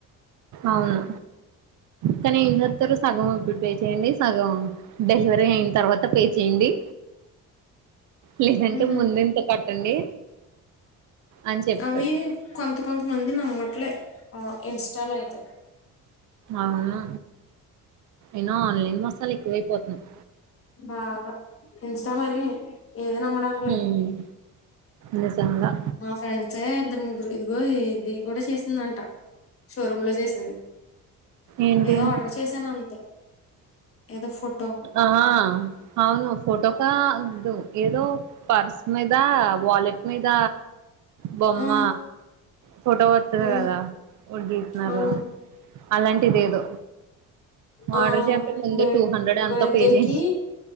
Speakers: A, on the right (about 60°); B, on the left (about 40°).
A: అవును కానీ ఏం చేస్తారు సగం ఇప్పుడు పే చేయండి సగం డెలివరీ అయిన తర్వాత పే చేయండీ. లేదంటే
B: ఉమ్
A: ముందే ఇంత కట్టండి అని చెప్తారు
B: అవి కొంత కొంత మంది నమ్మట్లే ఆ ఇన్స్టాలో అయితే
A: అవునా ఇనో ఆన్లైన్ మసాల ఎక్కువై పోతుంది
B: బాగా ఇన్స్టా మరి ఏది నమ్మడానికి
A: హ్మ్
B: లేదు
A: నిజంగా
B: మా ఫ్రెండ్సే ఇద్దరు ముగ్గురు ఇదిగో ఇది కూడా చేసిందంట షోరూమ్ లో జేసింది.
A: ఏంటి
B: ఏదో ఆర్డర్ చేశాను అంతే ఏదో ఫోటో
A: ఆహా అవును ఫోటోకా వద్దు ఏదో పర్స్ మీద వాలెట్ మీద బొమ్మ
B: ఆ
A: ఫోటో వత్తది
B: ఆ
A: కదా ఒదీతన్నారు
B: అవును
A: అలాంటిదేదో
B: ఆ
A: ఆర్డర్ చేత్తే ముందే
B: బర్
A: టూ హండ్రెడో
B: బర్త్డేకి
A: ఎంతో పే చేసి